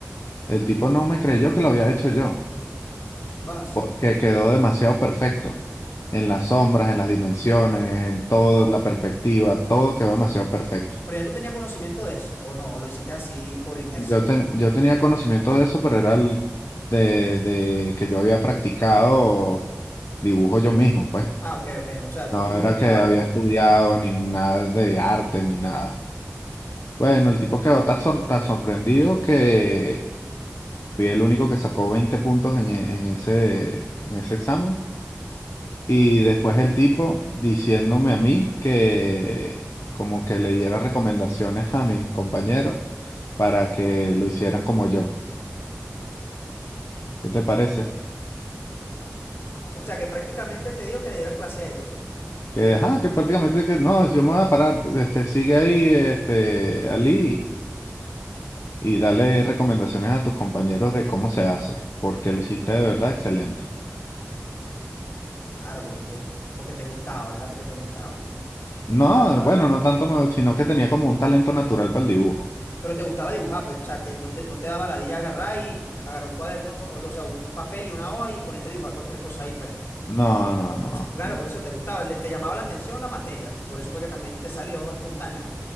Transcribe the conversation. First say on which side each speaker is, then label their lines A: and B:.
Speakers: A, on the left (about 70°); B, on the left (about 55°).
A: El tipo no me creyó que lo había hecho yo,
B: Va, sí.
A: porque quedó demasiado perfecto. En las sombras, en las dimensiones, en todo, la perspectiva, todo quedó demasiado perfecto.
B: Pero ya tú tenías conocimiento de eso, ¿o no? ¿O Lo hiciste así por inercia.
A: Yo, ten- yo tenía conocimiento de eso, pero era el de, de que yo había practicado dibujo yo mismo, pues.
B: Ah, ok, ok. O sea, tú
A: No
B: mismo
A: era
B: por tu
A: que
B: lado,
A: había
B: pues.
A: estudiado ni nada de arte ni nada. Bueno, el tipo quedó tan, sor- tan sorprendido que fui el único que sacó 20 puntos en, e- en ese, en ese examen. Y después el tipo diciéndome a mí que como que le diera recomendaciones a mis compañeros para que lo hicieran como yo. ¿Qué te parece?
B: O sea, que prácticamente te dijo que le dieras clase a ellos, pues.
A: Que, ajá, que prácticamente que no, yo me voy a parar, este, sigue ahí, este, Ali, y, y dale recomendaciones a tus compañeros de cómo se hace, porque lo hiciste de verdad excelente.
B: Claro, porque, que- porque te gustaba, era porque te gustaba.
A: No,
B: Te gustaba
A: bueno,
B: la,
A: no
B: la-
A: tanto, me- sino que tenía como un talento natural para el dibujo.
B: Pero te gustaba dibujar, pues, o sea, te- no te, no te daba ladilla agarrar y agarrar un cuaderno, o, o sea, un papel y una hoja y ponerte a dibujar cualquier cosa ahí, pues. <laughs>
A: No, no, no.
B: <clears throat> Claro, por eso te gustaba, le- te llamaba la atención la materia, pues, por eso fue que también te salió espontáneo.